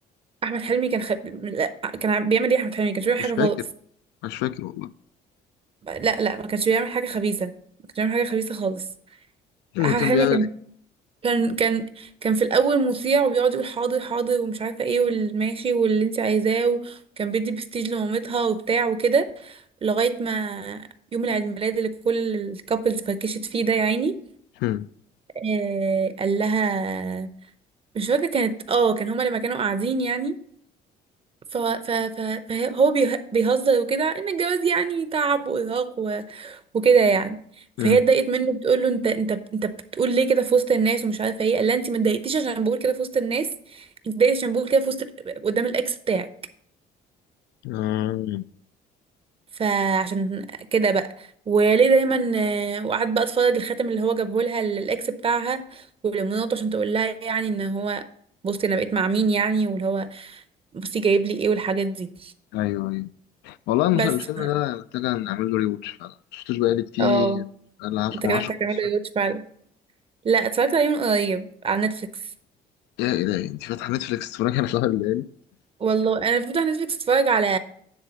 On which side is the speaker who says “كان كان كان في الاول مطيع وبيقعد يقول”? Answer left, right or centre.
Right